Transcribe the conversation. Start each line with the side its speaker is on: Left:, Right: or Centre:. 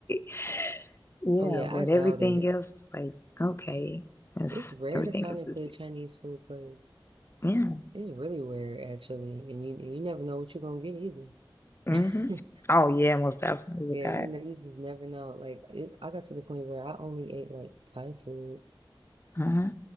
Left: <laughs> yeah,
Right: oh yeah,
Left: but
Right: I doubt
Left: everything
Right: it.
Left: else is like okay, it's,
Right: It's rare
Left: everything
Right: to find
Left: else
Right: a good
Left: is big.
Right: Chinese food place.
Left: Yeah.
Right: It's really weird, actually, and you you never know what you're gonna get either.
Left: hmm
Right: <laughs>
Left: Oh yeah, most definitely with
Right: Yeah,
Left: that.
Right: you know, you just never know. Like, it, I got to the point where I only ate like Thai food.
Left: Uh-huh.